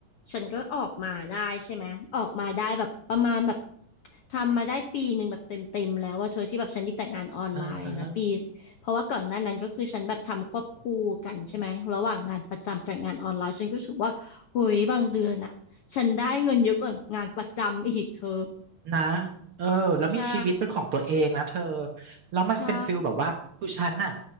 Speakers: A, on the left (about 70°); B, on the right (about 55°).
A: ฉันก็ออกมาได้ใช่ไหมออกมาได้แบบประมาณแบบทำมาได้ปีหนึ่งแบบเต็มเต็มแล้วว่าเธอที่แบบฉันมีแต่งานออนไลน์นะปี
B: อ่าฮะ
A: เพราะว่าก่อนหน้านั้นก็คือฉันแบบทำควบคู่กันใช่ไหมระหว่างงานประจำกับงานออนไลน์ฉันก็รู้สึกว่าเฮ้ยบางเดือนอะฉันได้เงินเยอะกว่างานประจำอีกเธอ
B: นะเออแล้วมีชีวิตเป็นของตัวเองนะเธอ
A: <laughs> ใช่
B: แล้วมันเป็นฟิลแบบว่าคือฉันน่ะ
A: ใช่